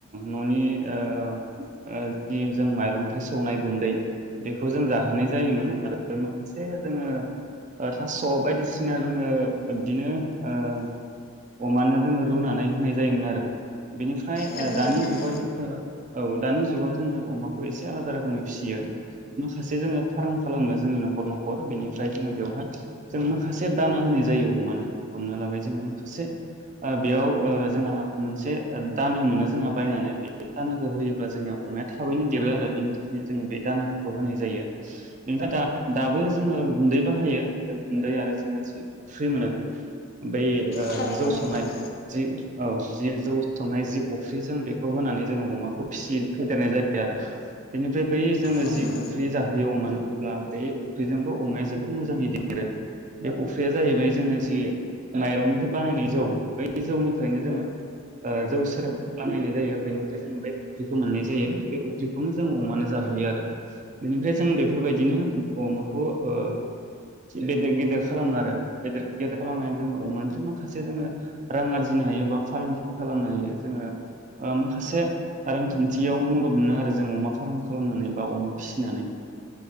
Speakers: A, on the right (about 35°); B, on the left (about 45°).
A: न'नि। ओ जि जों माइरं फो सौनाय गुन्दै बेखौ जों जाहोनाय जायोमोन आरो माखासे जोङो ओ थास' बायदिसिना जोङो बिदिनो ओ अमानो जोङो रुनानै होनाय जायोमोन आरो। बेनिफ्राय
B: नंगौ
A: ओ दानि
B: नोंथां
A: जुगाव जों। औ दानि जुगाव जोङो अमाखौ एसे आलादा रोखोमै फिसियो माखासे जोङो फार्म खालामनो जोंनि न'खर न'खर बेनिफ्राय जोङो बेवहाय जों माखासे दाना होनाय जायो अमानो हमना लाबाय जोङो माखासे ओ बेयाव ओ जोंहा मोनसे दाना मोनो जोंहा बायनानै। बे दानाखौ होयोब्ला जोंनिया अमाया थाबैनो देरो आरो बेनि थाखायनो जोङो बे दानाफोरखौ होनाय जायो बेनिफ्राय द दाबो जोङो गुन्दै बाहायो गुन्दै आरो जोङो जि अफ्रि मोनो। बै ओ
B: थारैनो
A: जौ
B: नोंथां
A: सांनाय जि औ। जि जौ संनाय जि अफ्रिजों बेखौ होनानै। जों अमाखौ फिसि फेदेरनाय जायो आरो बेनि। फे बै जोङो
B: नंगौ
A: जिउ उफ्रि जाहोयो‌‌ अमानो। अब्ला बे अफ्रिजोंबो अमाया जोबोद मोजाङै देरो बे अफ्रिया जाहैबाय जोङो जि माइरंनिफ्राय बानायनाय जौ बै जौनिफ्रायनो जोङो ओ जौ सेरेब बानायनाय जायो बेनि। ज बेख्रिखौ मोननाय जायो बेख्रिखौनो जों अमानो जाहोयो आरो बेनिफ्राय जों बेफोरबायदिनो अमाखौ ओ बेेदेर गेदेर खालामो आरो बेेदेर गेदेर खालामनानै जोङो अमानिफ्राय माखासे जोङो रां आरजिनो हायो बा फालांगि खालामनो हायो जोङो ओ माखासे। रांखान्थियाव मदद मोनो आरो जों अमा फार्म खालामनानै बा अमा फिसिनानै।